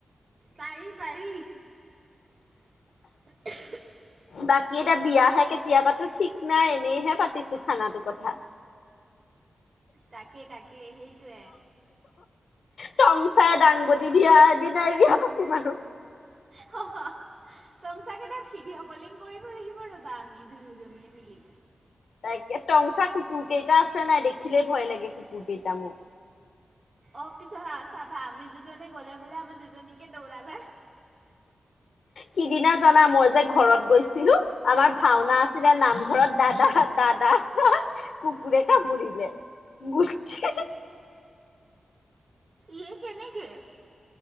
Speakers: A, on the right; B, on the left.
A: পাৰি পাৰি। <unintelligible>
B: বাকী এতিয়া বিয়াহে কেতিয়া পাতো ঠিক নাই এনেইহে পাতিছো খানাটো কথা।
A: তাকে তাকে সেইটোৱে
B: টংচাই দাংবদী দিয়া দিনাই বিয়া পাতিম আৰু
A: হ হা টংচা কেইটাত ভিডিঅ' কলিং কৰিব লাগিব ৰ'বা আমি দুয়োজনীয়ে মিলি।
B: তাইকে টংচা কুকুৰ কেইটা আছে নাই দেখিলে ভয় লাগে কুকুৰ কেইটা মো।
A: অ পিছত চাবা আমি দুজনী গ'লে বোলে আমাৰ দুজনীকে দৌৰালে
B: সিদিনা জানা মই যে ঘৰত গৈছিলো আমাৰ ভাওনা
A: অ'
B: আ- ছিলে নামঘৰত দাদা দাদা এটাক কুকুৰে কামুৰিলে। গুটি
A: ই
B: ত
A: সেই কেনেকে